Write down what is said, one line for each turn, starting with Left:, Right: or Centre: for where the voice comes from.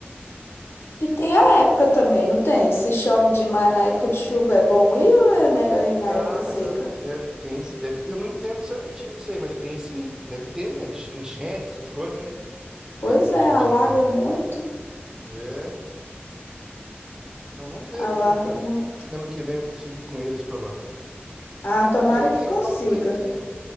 Left: E tem a época também, não tem? Se chove demais na época de chuva, é bom ir ou é melhor ir na
Right: Ah,
Left: época seca?
Right: mas até tem, deve, eu não entendo certinho isso aí, mas tem sim, deve ter, né? Enchente, essas coisas, né?
Left: Pois
Right: Época
Left: é,
Right: de,
Left: alaga
Right: de, de, de...
Left: muito,
Right: É, então vamos ver
Left: alaga
Right: aqui.
Left: muito.
Right: Ano que vem eu consigo ir com eles pra lá.
Left: Ah, tomara
Right: Mas eu vou
Left: que
Right: ter
Left: consiga.
Right: que dar uma saidinha.